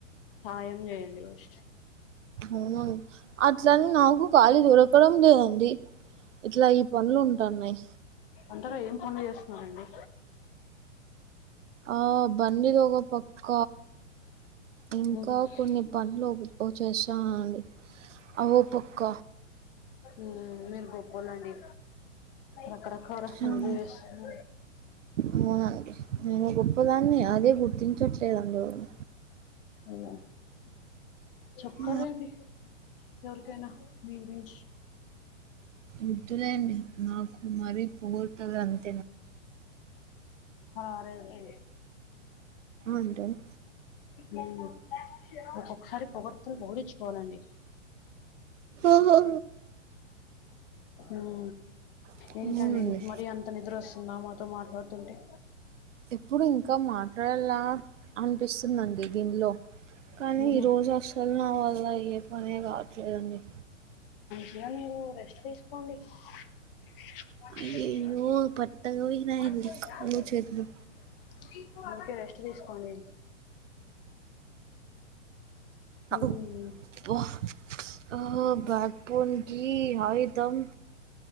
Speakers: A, on the left; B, on the right.
A: సాయం చేయండి ఫస్ట్
B: అవును అట్లనీ నాకు ఖాళీ దొరకడం లేదండి ఇట్లా ఈ పనులు ఉంటాన్నాయి
A: అంతగా ఏం పనులు చేస్తున్నారండి
B: ఆ బండిది ఓగ పక్క ఇంకా
A: మ్మ్,
B: కొన్ని పనులు ఓ చేస్తాను అండి అవి ఓ పక్క
A: ఊ మీరు గొప్పోలండి రకరకాల
B: చేస్తాను.
A: పనులు చేస్తున్న
B: అవునండి నేను గొప్పదాన్నే అదే గుర్తించట్లేదండి ఎవరు
A: అ చెప్పాలండి
B: ఆ,
A: ఎవరికైనా మీ గురించి
B: వద్దులేండి నాకు మరీ పొగడ్తలు అంత
A: అరేలే
B: అంటను
A: ఉ ఒక ప ఒకసారి పొగడతలు పొగిడిచ్చుకోవాలండి
B: ఓహో
A: ఊ
B: అవునండి
A: ఏంటండి మీకు మరీ అంత నిద్ర వస్తుందా మాతో మాట్లాడుతు అంటే
B: ఎప్పుడు ఇంకా మాట్లాడల్ల అనిపిస్తుందండి దీనిలో కానీ
A: మ్మ్,
B: ఈ రోజు అసలు నా వల్ల అయ్యే పనే కావట్లేదండి
A: ఇగా మీరు రెస్ట్ తీసుకోండి <unintelligible>
B: అయ్యయ్యో పట్టగా పోయినాయండి కాళ్ళు చేతులు
A: అందుకే రెస్ట్ తీసుకోండి మ్మ్,
B: ఉ అవ్ బ్బా అహో బ్యాక్ బోన్ కి ఆయుధం